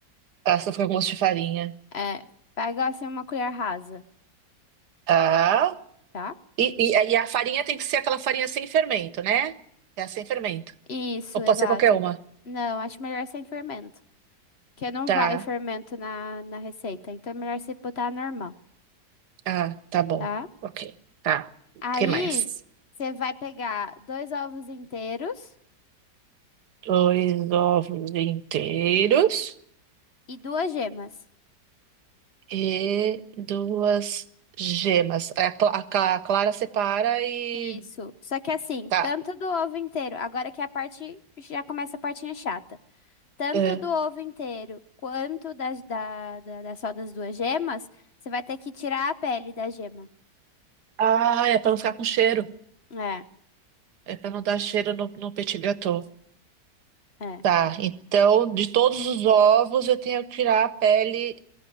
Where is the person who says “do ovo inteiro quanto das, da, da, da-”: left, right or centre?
Left